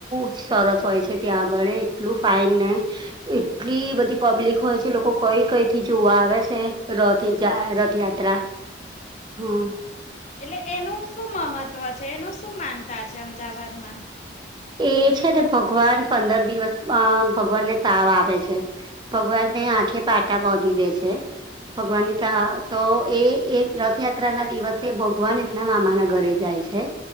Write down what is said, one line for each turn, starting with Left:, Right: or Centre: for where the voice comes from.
Right: જ સરસ હોય છે ત્યાં આગળ એટલું ફાઇન ને એટલી બધી પબ્લિક હોય છે લોકો કઈ કઈ થી જોવા આવે છે. રથ રથયાત્રત્રા હમ
Left: એટલે એનું શું મહત્વ છે એનું શું માનતા છે અમદાવાદમાં.
Right: એ છે ને ભગવાન પંદર દિવસ ભગવાનને તાવ આવે છે. ભગવાનને આંખે પાટા બાધી દે છે. ભગવાન ની ત તો એ એ રથયાત્રા ના દિવસે ભગવાન એમના મામા ના ઘરે જાય છે.